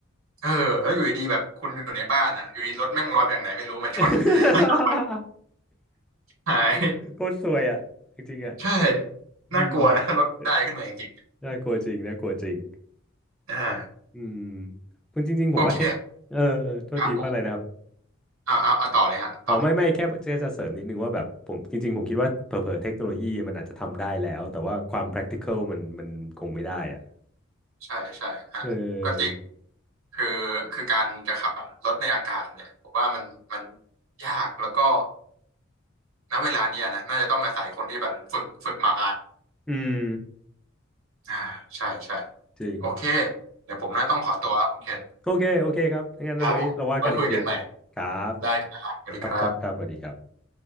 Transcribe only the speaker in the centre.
<laughs>
โคตรซวยอ่ะ จริงๆอ่ะ
อืมเออน่ากลัวจริงน่ากลัวจริง
อืมคุณจริงๆผมว่าเทคเออเออ
โทษทีว่าอะไรนะครับ
อ๋อ ไม่ไม่แค่แค่จะเสริมนิดนึงว่าแบบผมจริงๆผมคิดว่าเผลอๆเทคโนโลยีมันอาจจะทำได้แล้วแต่ว่าความ practical มันมันคงไม่ได้อ่ะ
เออ
อืม
จริง
โอเค โอเคครับงั้นเอาไว้เราว่ากันอีกที
ครับ
ครับ ครับครับสวัสดีครับ